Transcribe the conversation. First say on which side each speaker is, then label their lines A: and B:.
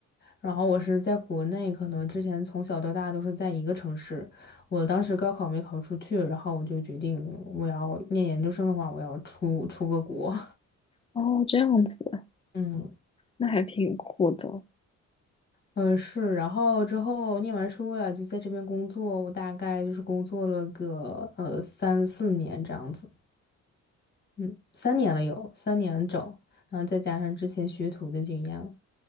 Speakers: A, on the left (about 35°); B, on the left (about 20°).
A: 然后我是在国内，可能之前从小到大都是在一个城市。我当时高考没考出去，然后我就决定我要念研究生的话，我要出出个国。
B: 哦，这样子，
A: <laughs> 嗯。
B: 那还挺酷的。
A: 嗯，是，然后之后念完书了，就在这边工作，我大概就是工作了个呃三四年这样子，嗯，三年了有，三年整，然后再加上之前学徒的经验了